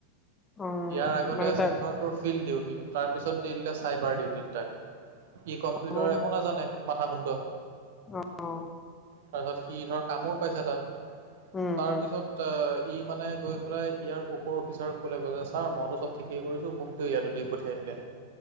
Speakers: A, on the left (about 15°); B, on the right (about 55°).
A: অ
B: ইয়াৰ আগতে
A: মানে
B: আছিল
A: তাৰ
B: ধৰ ত' ফিল্ড ডিউটি, তাৰপিছত দি দিলে চাইবাৰ ডিউটিত তাক ই কম্পিউটাৰ
A: অ
B: একো নাজানে। মাথা মুুণ্ড।
A: অ অ
B: তাৰপিছত সি ধৰ কামোৰ পাইছে তাত,
A: উম
B: তাৰ
A: উম
B: পিছত এ ই মানে গৈ পেলাই ইয়াৰ ওপৰ অফিচাৰক ক'লে গৈ, যে ছাৰ মইতো চব ঠিকেই কৰিছো, মোক ইয়াতো দি পঠিয়াই দিলে,